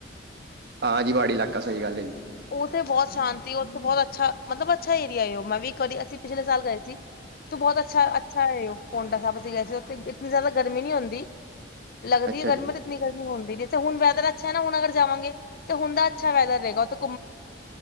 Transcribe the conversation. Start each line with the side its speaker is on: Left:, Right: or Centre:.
Right: ਹਾਂਜੀ ਪਹਾੜੀ ਇਲਾਕਾ ਸਹੀ ਗੱਲ ਹੈ ਜੀ।
Left: ਉਥੇ ਬਹੁਤ ਸ਼ਾਂਤੀ ਉਥੇ ਬਹੁਤ ਅੱਛਾ ਮਤਲਬ ਅੱਛਾ ਏਰੀਆ ਉਹ ਮੈਂ ਵੀ ਕਦੀ ਅਸੀਂ ਪਿਛਲੇ ਸਾਲ ਗਏ ਸੀ। ਤੂੰ ਬੋਤ ਅੱਛਾ ਅੱਛਾ ਏ ਉਹ ਪੋਂਟਾ ਸਾਹਿਬ ਅਸੀਂ ਗਏ ਸੀ ਉੱਥੇ ਇਤਨੀ ਜ਼ਿਆਦਾ ਗਰਮੀ ਨਹੀਂ ਹੁੰਦੀ ਲੱਗਦੀ
Right: ਅੱਛਾ
Left: ਏ ਗਰਮੀ
Right: ਜੀ
Left: ਤੇ ਇਤਨੀ ਗਰਮੀ ਹੁਣਦੀ ਨੀ ਤੇ ਹੁਣ ਵੈਦਰ ਅੱਛਾ ਹੇਨਾ ਹੁਣ ਅਗਰ ਜਾਵਾਂਗੇ ਤੇ ਹੁਣ ਦਾ ਅੱਛਾ ਵੈਦਰ ਰਹੇਗਾ ਉਹ